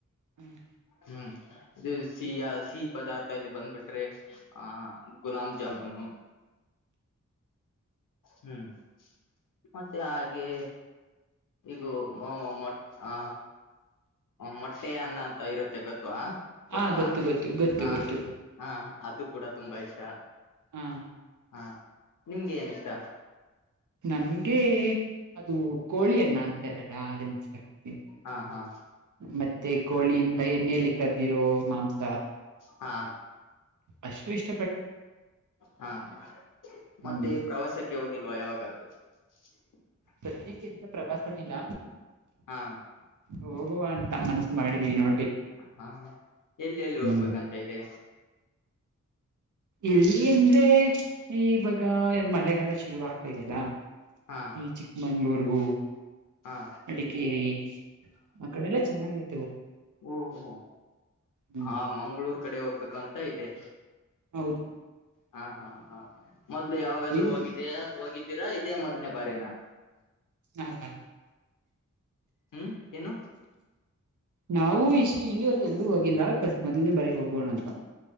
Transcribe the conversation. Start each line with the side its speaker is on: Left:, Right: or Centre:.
Right: ಹ್ಮ್
Left: ಹ್ಮ್ ಇದು ಸಿಹಿ ಸಿಹಿ ಪದಾರ್ಥ ಅಲ್ಲಿ ಬಂದ್ಬಿಟ್ರೆ ಆ ಗುಲಾಾಮ ಜಮ್ಮುನು ಹ್ಮ್ ಮತ್ತೆ ಹಾಗೆ ಈಗ ಮೊ ಆ ಮೊಟ್ಟೆ ಅನ್ನ ಅಂತ ಇರುತ್ತೆ ಗೊತ್ತ ಗವಾ ಗೊತ್ತಾ
Right: ಹ ಗೊತ್ತು ಗೊತ್ತು ಗೊತ್ತು
Left: ಹಾ
Right: ಗೊತ್ತು
Left: ಹಾ ಅದು ಕೂಡ ತುಂಬಾ ಇಷ್ಟ
Right: ಹ
Left: ಹಾ ನಿಮ್ಗೆ ಏನ ಇಷ್ಟ
Right: ನಮ್ಗೆ ಅದು ಕೋಳಿ ಅ್ಣ ಅಂತಾರಲ್ಲ ಶಕ್ತಿ
Left: ಹಾ ಹಾ
Right: ಮತ್ತೆ ಮತ್ತೆ ಕೋಳಿಯಿಂದ ಎಣ್ಣಲಿ ಕದ್ದಿರೋ ಮಾಂಸ
Left: ಹಾ
Right: ಅಷ್ಟು ಇಷ್ಟು
Left: ಹಾ ಹಾ
Right: ಹ್ಮ್
Left: ಮತ್ತೆ ಪ್ರವಾಸಕ್ಕೆ ಹೋಗಿಲ್ವಾ ಯಾವಾಗಾದದು <unintelligible>
Right: ಸದ್ಯಕ್ಕೆಂತ ಪ್ರವಾಸ ಇಲ್ಲ
Left: ಹಾ
Right: ಹೋಗುವ ಅಂತ ಮನಸ್ಸು ಮಾಡ ಜೀವನೋ
Left: ಹಾ ಎಲ್ಲಿ ಎಲ್ಲಿ
Right: ಹ್ಮ್
Left: ಹೋಗ್ಬೇಕಂತ ಇದೆ
Right: ಎಲ್ಲಿ ಅಂದ್ರೆ ಇವಾಗ ಮಳೆಗಾಲ ಶುರುವಾಗತ ದೆಲ್ಲ
Left: ಹಾ
Right: ಈ ಚಿಕ್ಕಮಂಗ್ಳೂರ್ಗೂ
Left: ಹಾ
Right: ಅಡಿಕೇರಿ ಆ ಕಡೆ ಎಲ್ಲ ಚೆನ್ನಾಗಿರು
Left: ಓಹೋ
Right: ಹ್ಮ್
Left: ಆ ಮಂಗ್ಗಳೂರ್ ಕಡೆ ಹೋಗ್ಬೇಕು ಅಂತ ಇದೆ
Right: ಹೌದು
Left: ಹಾ ಹಾ ಹಾ ಮೊದ್ಲು
Right: ಹ್ಮ್
Left: ಯಾವಾಗಾದ್ ಹೋಗಿದ ಹೋಗಿದ್ದೀರಾ ಇದೇ ಮೊದ್ನೇ ಬಾರಿನ
Right: ಹಾ
Left: ಹ್ಮ್ ಏನು
Right: ನಾವು ಇಷ್ಟು ಇಲ್ಲಿವರೆಗೆ ಎಲ್ಲೂ ಹೋಗಿಲ್ಲ ಮೊದ್ಲನೇ ಬಾರಿಗ್ ಹೋಗ್ಬೋಣ ಅಂತ